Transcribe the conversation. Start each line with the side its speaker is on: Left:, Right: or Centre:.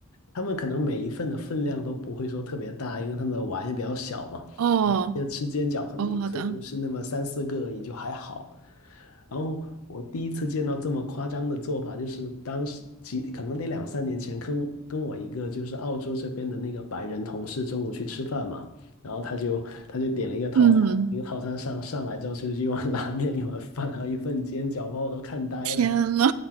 Left: 他们可能每一份的分量都不会说特别大，因为他们的碗也比较小嘛。
Right: 哦
Left: 就吃煎饺，可能一次就吃那么三四个也就还好。
Right: 哦，好的，
Left: 然后我第一次见到这么夸张的做法，就是当时几可能得两三年前，跟跟我一个就是澳洲这边的那个白人同事中午去吃饭嘛，然后他就他就点了一个套餐，
Right: 嗯，
Left: 那个套餐上上来之后就是一碗拉面、一碗饭，还有一份煎饺，把我都看呆了。
Right: 天呐，